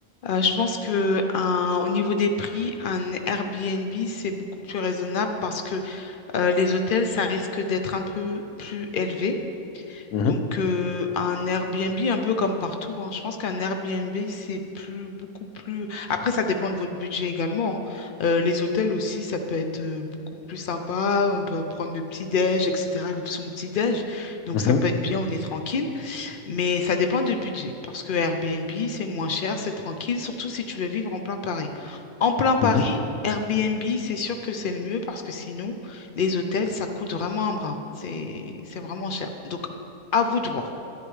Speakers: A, on the left; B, on the left.
A: Euh, je pense que un- au niveau des prix, un Airbnb, c'est beaucoup plus raisonnable parce que euh, les hôtels, ça risque d'être un peu plus élevé.
B: Mhm,
A: Donc, euh, un Airbnb, un peu comme partout, hein, je pense qu'un Airbnb, c'est plus, beaucoup plus... Après, ça dépend de votre budget également. hein. Euh, les hôtels aussi, ça peut être euh, beaucoup plus sympa. On peut prendre le petit-déj, etc., l'option petit-déj. Donc,
B: mhm,
A: ça peut être bien, on est tranquille. Mais ça dépend du budget, parce que Airbnb, c'est moins cher, c'est tranquille, surtout si tu veux vivre en plein Paris. En plein Paris,
B: mhm.
A: Airbnb, c'est sûr que c'est le mieux, parce que sinon, les hôtels, ça coûte vraiment un bras. C'est, c'est vraiment cher. Donc, à vous de voir,